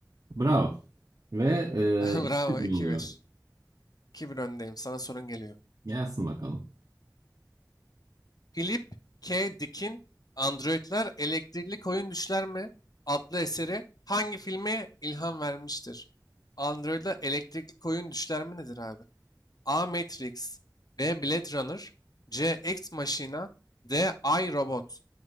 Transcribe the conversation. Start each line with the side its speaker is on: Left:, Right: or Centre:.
Right: Bravo. Ve
Left: <laughs>
Right: e, iki
Left: Bravo iki
Right: mi oluyor?
Left: bir. 2 bir öndeyim. Sana sorun geliyor.
Right: Gelsin bakalım.
Left: Philip K. Dick'in Androidler Elektrikli Koyun Düşler mi? adlı eseri hangi filme ilham vermiştir? Androidler Elektrikli Koyun Düşler mi nedir abi? A. Matrix B. Blade Runner C. Ex Machina D. I, Robot